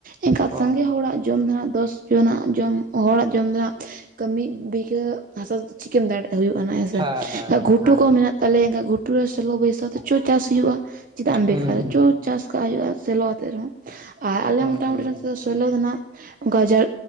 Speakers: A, on the right; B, on the right.
A: ᱮᱱᱠᱷᱟᱡ ᱥᱟᱸᱜᱮ
B: ᱚ
A: ᱦᱚᱲᱟᱜ ᱡᱚᱢ ᱦᱟᱸᱜ ᱫᱚᱥ ᱡᱚᱱᱟᱜ ᱡᱚᱢ ᱦᱚᱲᱟᱜ ᱡᱚᱢ ᱫᱚ ᱱᱟᱦᱟᱜ ᱠᱟᱹᱢᱤ ᱢᱤᱫ ᱵᱤᱜᱷᱟᱹ ᱦᱟᱥᱟ ᱫᱚ ᱪᱤᱠᱟᱹᱢ ᱫᱟᱲᱮᱜ ᱦᱩᱭᱩᱜ ᱟᱱᱟᱜ ᱦᱮᱸᱥᱮ,
B: ᱦᱮᱸ ᱦᱮᱸ
A: ᱜᱷᱩᱴᱩ
B: ᱦᱮᱸ
A: ᱠᱚ ᱢᱮᱱᱟᱜ ᱛᱟᱞᱮᱭᱟ ᱮᱱᱠᱷᱟᱡ ᱜᱷᱩᱴᱩ ᱨᱮ ᱥᱮᱞᱚ ᱵᱟᱹᱭᱥᱟᱣ ᱛᱮ ᱪᱚ ᱪᱟᱥ ᱦᱩᱭᱩᱜᱼᱟ ᱪᱮᱫᱟᱜ ᱮᱢ
B: ᱦᱩᱸ
A: ᱵᱮᱠᱟᱨᱟ ᱪᱚ ᱪᱟᱥ ᱠᱟᱜ ᱦᱩᱭᱩᱜᱼᱟ ᱥᱮᱞᱚ ᱟᱛᱮᱫ ᱨᱮᱦᱚᱸ, ᱟᱨ ᱟᱞᱮ
B: ᱦᱩᱸ
A: ᱢᱚᱴᱟᱢᱩᱴᱤ
B: ᱦᱮᱸ ᱱᱟᱯᱟᱭ
A: ᱱᱚᱛᱮ ᱫᱚ ᱥᱮᱞᱳ
B: ᱜᱮ
A: ᱫᱚ ᱱᱟᱦᱟᱸᱜ ᱚᱱᱠᱟ ᱡᱟᱹᱜ